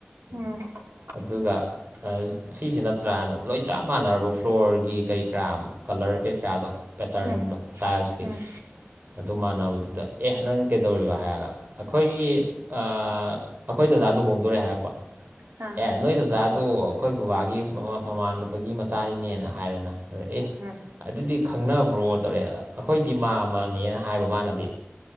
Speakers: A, on the right (about 80°); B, on the right (about 50°).
A: ꯎꯝ꯫
B: ꯑꯗꯨꯒ ꯁꯤꯁꯤ ꯅꯠꯇ꯭ꯔꯥꯅ ꯂꯣꯏ ꯆꯞ ꯃꯥꯟꯅꯔꯕ ꯐ꯭ꯂꯣꯔꯒꯤ ꯀꯔꯤ ꯀꯔꯥ ꯀꯂꯔ ꯀꯩꯀꯥꯗꯣ ꯄꯦꯇꯔꯟꯗꯣ
A: ꯎꯝ
B: ꯇꯥꯏꯜꯁꯀꯤ
A: ꯎꯝ ꯎꯝ
B: ꯑꯗꯨ ꯃꯥꯟꯅꯕꯗꯨꯗ ꯑꯦꯍ ꯅꯪ ꯀꯩꯗꯧꯔꯤꯕ ꯍꯥꯏꯔꯒ ꯑꯩꯈꯣꯏꯒꯤ ꯑꯩꯈꯣꯏ ꯗꯗꯥ ꯂꯨꯍꯣꯡꯗꯣꯔꯦ ꯍꯥꯏꯔꯛꯄ,
A: ꯑꯥ
B: ꯑꯦ ꯅꯣꯏꯗꯗꯥ ꯑꯗꯨ ꯑꯩꯈꯣꯏ ꯕꯕꯥꯒꯤ ꯃꯃꯥꯟ ꯒꯤ ꯃꯆꯥꯅꯤꯅꯦꯅ ꯍꯥꯏꯔꯦꯅ ꯑꯗ ꯑꯦ
A: ꯎꯝ
B: ꯑꯗꯨꯗꯤ ꯈꯪꯅꯕ꯭ꯔꯣ ꯇꯧꯔꯦ ꯑꯩꯈꯣꯏꯗꯤ ꯃꯥꯝꯃꯅꯦꯅ ꯍꯥꯏꯕ ꯃꯥꯅꯗꯤ